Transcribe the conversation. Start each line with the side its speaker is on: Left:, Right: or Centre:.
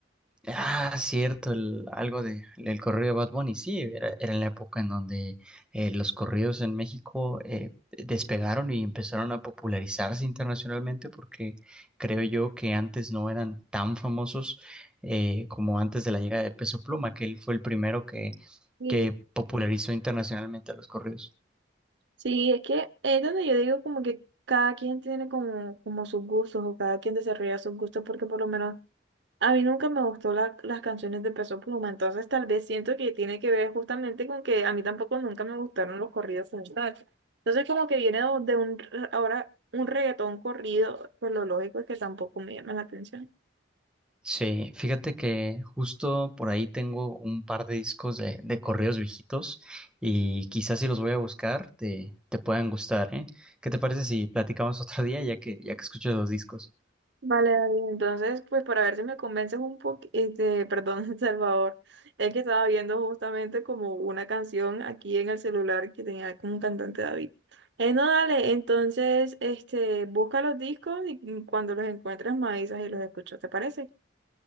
Centre: Ah, cierto, el, algo de el corrido de Bad Bunny, sí, era, era en la época en donde eh, los corridos en México eh, despegaron y empezaron a popularizarse internacionalmente porque creo yo que antes no eran tan famosos eh, como antes de la llegada de Peso Pluma, que él fue el primero que,
Right: Sí,
Centre: que popularizó internacionalmente a los corridos.
Right: Sí, es que es donde yo digo como que cada quien tiene como, como sus gustos o cada quien desarrolla sus gustos porque por lo menos a mí nunca me gustó la- las canciones de Peso Pluma, entonces tal vez siento que tiene que ver justamente con que a mí tampoco nunca me gustaron los corridos como tal. Entonces como que viene de de un, ahora un reggaetón corrido, pues lo lógico es que tampoco me llama la atención.
Centre: Sí, fíjate que justo por ahí tengo un par de discos de, de corridos viejitos y quizás si los voy a buscar te, te puedan gustar, ¿eh? ¿Qué te parece si platicamos otro día ya que ya que escucho los discos?
Right: Vale, David. Entonces, pues para ver si me convences un poco, este, perdón, <laughs> Salvador, es que estaba viendo justamente como una canción aquí en el celular que tenía como un cantante David. Eh, no, dale, entonces, este, busca los discos y mm, cuando los encuentres me avisas y los escucho, ¿te parece?